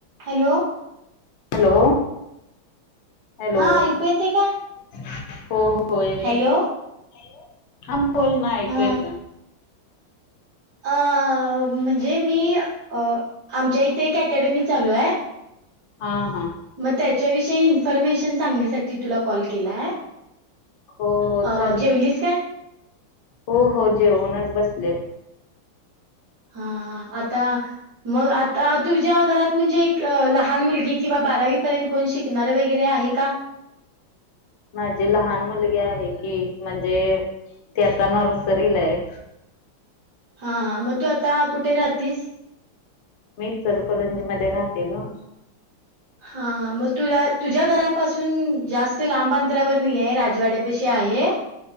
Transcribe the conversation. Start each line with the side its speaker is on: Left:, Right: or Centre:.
Right: Hello.
Left: Hello, hello.
Right: हा ऐकू येते का
Left: हो, हो. हो येतं
Right: हॅलो
Left: की. हॅलो. हा बोल ना ऐकू
Right: हा
Left: येतं.
Right: अ म्हणजे मी, अ आमच्या इथे एक अकॅडमी चालूय.
Left: हा, हा.
Right: मग त्याच्याविषयी, इन्फर्मेशन सांगण्यासाठी तुला कॉल केलाय.
Left: हो हो
Right: अ
Left: चाल
Right: जेवलीस काय?
Left: हो, हो. जेवूणच बसले.
Right: हा, हा. आता मग आता. तुझ्या घरात म्हणजे एक लहान मुलगी किंवा बारावीपर्यंत कोण शिकणार वगैरे आहे का?
Left: माझी लहान मुलगी आहे की. म्हणजे, ती आता नर्सरीलाय.
Right: हा, हा. मग तू आता कुठे राहतीस?
Left: मी इचलकरंजी मध्ये राहते गं.
Right: हा. मग तुला, तुझ्या घरापासून जास्त लांब अंतरावर नाही य. राजवाड्यापशी आहे.